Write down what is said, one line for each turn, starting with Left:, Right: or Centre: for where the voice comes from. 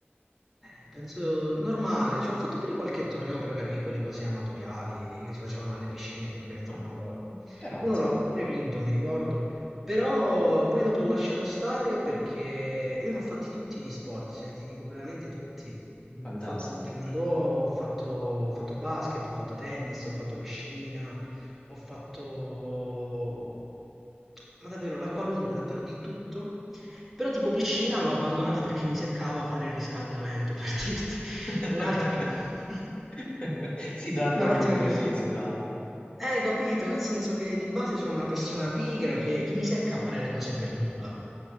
Centre: eh, penso normale, cioè, ho fatto pure qualche torneo, però capì quelle cose amatoriali che si facevano alle piscine, che organizzavano
Left: Vabbè.
Centre: loro.
Left: Però,
Centre: Uno
Left: insomma,
Centre: l'ho pure vinto, mi ricordo, però poi dopo ho lasciato stare perché io ne ho fatti tutti gli sport, cioè ti dico veramente tutti. Ho
Left: fantastico.
Centre: fatto taekwondo, ho fatto, ho fatto basket, ho fatto tennis, ho fatto piscina, ho fatto... Ma davvero, la qualunque, davvero di tutto. Però tipo piscina l'ho abbandonata perché mi seccava fare il riscaldamento, <laughs> per dirti.
Left: <laughs>
Centre: Un'altra... <laughs>
Left: <laughs> Si torna
Centre: Un'altra
Left: sempre
Centre: cosa.
Left: lì, si torna.
Centre: Eh, capito, nel senso che di base sono una persona pigra che, che mi secca fare le cose per nulla.